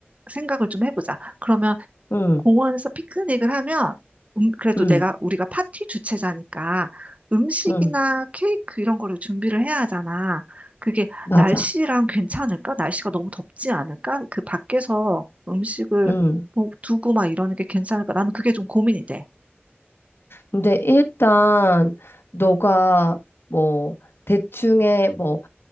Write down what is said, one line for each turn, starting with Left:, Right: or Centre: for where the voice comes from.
Right: 생각을 좀 해보자. 그러면
Left: 응,
Right: 공원에서 피크닉을 하면 음, 그래도
Left: 응,
Right: 내가 우리가 파티 주최자니까 음식이나
Left: 응,
Right: 케이크 이런 거를 준비를 해야 하잖아. 그게
Left: 맞아.
Right: 날씨랑 괜찮을까? 날씨가 너무 덥지 않을까? 그 밖에서 음식을
Left: 응.
Right: 보- 두고 막 이러는 게 괜찮을까? 나는 그게 좀 고민이 돼.
Left: 근데 일단, 너가 뭐, 대충의 뭐,